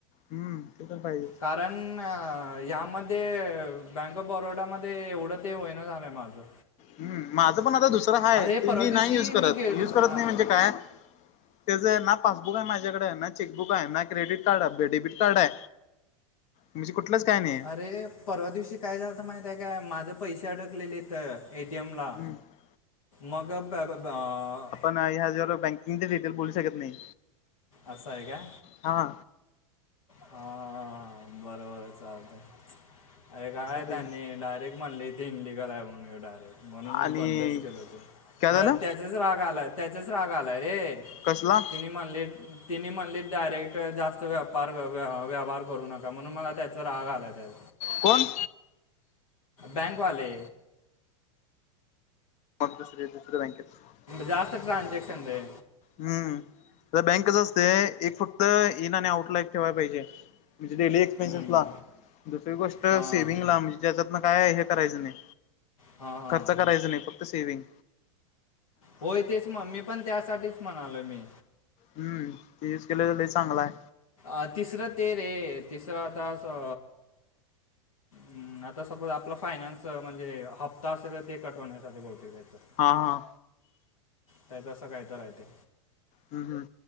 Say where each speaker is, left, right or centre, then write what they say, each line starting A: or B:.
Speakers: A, on the left; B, on the left.
A: हम्म ते तर पाहिजेच.
B: कारण यामध्ये बँक ऑफ बरोडामध्ये एवढं ते होईना झालंय माझं.
A: हम्म माझं पण आता दुसरं हाय
B: अरे
A: ती
B: परवा
A: मी नाही
B: दिवशी
A: युज
B: मी
A: करत
B: गेलो
A: युज करत
B: अ-
A: नाही म्हणजे काय? त्याच आहे ना पासबुक आहे माझ्याकडे, ना चेकबुक, ना क्रेडिट कार्ड, ना डेबिट कार्डय. <inaudible> म्हजी कुठलंच काय नाही.
B: अरे परवा दिवशी काय झालत माहित आहे काय माझं पैसे अडकलेले हिथ ए टी एम ला
A: हम्म
B: मग ब ब ब अं
A: नाही ह्या ज्यावर बँकिंगचे डिटेल बोलू शकत नाही.
B: असंय का?
A: हा.
B: हा बरोबर य चालतय. अरे काय
A: ते
B: त्यांनी डायरेक्ट म्हणली ती हिंदी करा म्हणून डायरेक्ट म्हणून मी
A: आणि
B: बंदच केल होतो
A: काय
B: मला
A: झालं
B: त्याचाच राग आला त्याचाच राग आलाय रे.
A: कसला?
B: त्यनी म्हणले, त्यनी म्हणले डायरेक्ट जास्त व पार व व व्यवहार करू नका म्हणून मला त्याचा राग आलाय त्यात.
A: कोण?
B: बँकवाले.
A: <unintelligible>
B: जास्त ट्रांझेक्शन रे.
A: हम्म तर बँक कस असते एक फक्त इन आणि आउटला ठेवाय पाहिजे. मजे डेली एक एक्सपेन्सेस
B: हम्म.
A: ला दुसरी गोष्ट
B: हां
A: सेव्हंगला म्हणजे त्या्च्यातन काय हे करायचं नाही.
B: हां हां
A: खर्च करायचा नाही फक्त सेविंग
B: होय तेच मग मी पण त्यासाठीच म्हणालोय मी.
A: हम्म ते युज केलंल लय चांगलाय
B: अह तिसरं ते रे तिसरं आता सा हम्म आता सपोज आपला फायनान्स म्हणजे हप्ता असेल ते कट होण्यासाठी बहुतेक घ्यायचं.
A: हा हा!
B: त्याच असं काय तरह ते
A: हम्म हम्म.